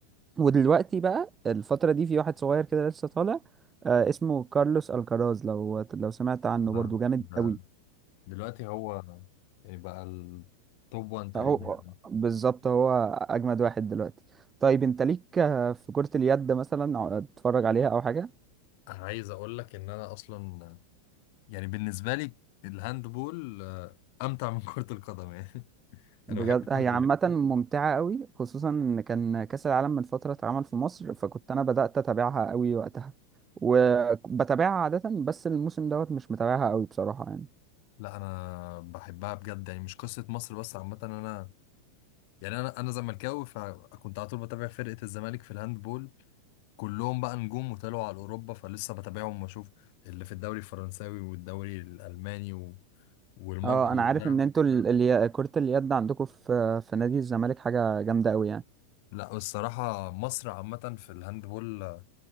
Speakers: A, on the right; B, on the left.
A: ودلوقتي بقى الفترة دي في واحد صغير كده لسه طالع آه اسمه كارلوس الكراز لو لو سمعت عنه
B: ده,
A: برضو جامد
B: ده
A: قوي
B: دلوقتي هو يعني بقى التوب 1 تقريبا
A: هو بالظبط هو اجمد واحد دلوقتي طيب انت ليك آه، في كرة اليد مثلا أو بتتفرج عليها او حاجة
B: عايز أقول لك إن أنا أصلا يعني بالنسبة لي الهاند بول آه، أمتع من كرة القدم يعني <laughs> أنا
A: بجد
B: بحب كرة
A: هي عامة
B: ال-
A: ممتعة قوي خصوصا ان كان كأس العالم من فترة اتعمل في مصر فكنت انا بدأت اتابعها قوي وقتها وبتابعها عادة بس الموسم دوت مش متابعها قوي بصراحة يعني
B: لا أنا بحبها بجد يعني مش قصة مصر بس عامة أنا يعني أنا أنا زملكاوي فكنت على طول بتابع فرقة الزمالك في الهاند بول كلهم بقى نجوم وطلعوا على اوروبا فلسه بتابعهم واشوف اللي في الدوري الفرنساوي والدوري الالماني و... والمجري
A: اه انا
B: وبتاع
A: عارف ان انتوا ال- اليا- كرة اليد عندكم في في نادي الزمالك حاجة جامدة قوي يعني
B: لا الصراحه مصر عامه في الهاندبول